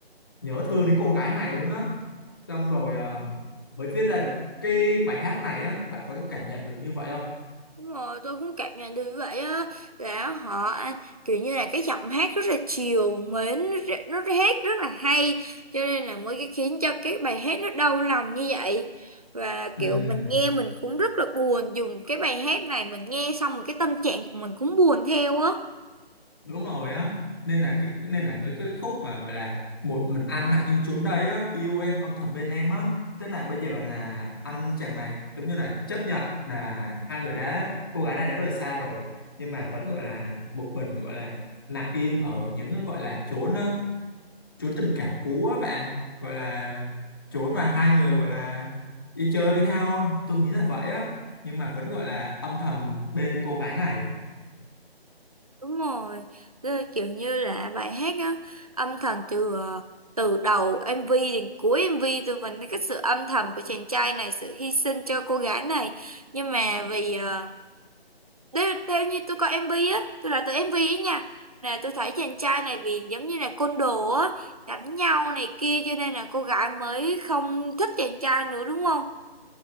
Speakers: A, on the left; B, on the right.
A: nhớ thương đến cô gái này luôn á xong rồi ờ, mới viết ra được cái bài hát này á bạn có cảm nhận được như vậy không
B: Đúng rồi, tôi cũng cảm nhận được vậy á là họ anh kiểu như là cái giọng hát rất là chiều mến nó nó hát rất là hay cho nên là mới cái khiến cho cái bài hát nó đau lòng như vậy và
A: Ừm,
B: kiểu mình nghe mình cũng rất là buồn dùng cái bài hát này mình nghe xong rồi cái tâm trạng của mình cũng buồn theo á
A: đúng rồi á nên là cái nên là mấy cái khúc mà gọi là một mình anh nặng im chốn đây á yêu em âm thầm bên em á thế là bây giờ là anh chàng này giống như là chấp nhận là hai người đã cô gái này đã rời xa rồi nhưng mà vẫn gọi là một mình gọi là nặng im ở những gọi là chốn á, chốn tình cảm cũ á bạn gọi là chốn mà hai người gọi là đi chơi với nhau tôi nghĩ là vậy á nhưng mà vẫn gọi là âm thầm bên cô gái này
B: Đúng rồi, Tức kiểu như là bài hát á, âm thầm từ ờ, từ đầu MV đến cuối MV tôi vẫn thấy cái sự âm thầm của chàng trai này, sự hy sinh cho cô gái này. Nhưng mà vì ờ, theo, theo như tôi coi MV á, tôi là từ MV ấy nha, là tôi thấy chàng trai này vì giống như là côn đồ á, đánh nhau này kia cho nên là cô gái mới không thích chàng trai nữa đúng không?